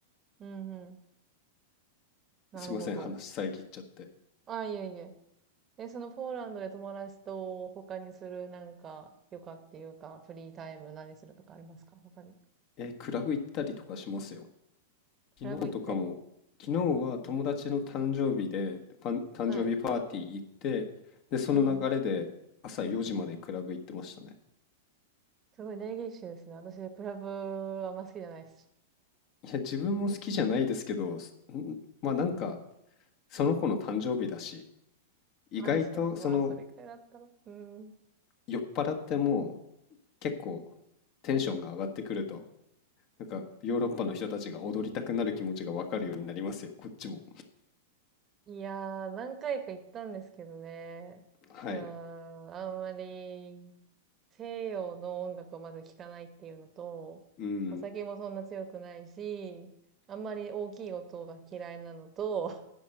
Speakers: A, on the right; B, on the left.
A: うんうん。なるほど。
B: すいません、話遮っちゃって。
A: あ、いえいえ。え、そのポーランドで友達と他にするなんか余暇っていうかフリータイム何するとかありますか他に。
B: え、クラブ行ったりとかしますよ。昨日とかも、
A: クラブ行ったり。
B: 昨日は友達の誕生日で、パン誕生日パーティー行って、
A: はい。
B: で、その流れで朝4時までクラブ行ってましたね。
A: うん。すごいネギッシュですね。私、クラブはあんま好きじゃないですし。
B: いや、自分も好きじゃないですけど、すんまあなんか、その子の誕生日だし、意外とその
A: 確かに。まあ、それくらいだったら。うん。
B: 酔っ払っても結構テンションが上がってくると、なんかヨーロッパの人たちが踊りたくなる気持ちがわかるようになりますよ、こっちも。
A: いやー、何回か行ったんですけどね。
B: はい。
A: うーん、あんまり西洋の音楽をまず聴かないっていうのと、
B: うん。
A: お酒もそんな強くないし、あんまり大きい音が嫌いなのと、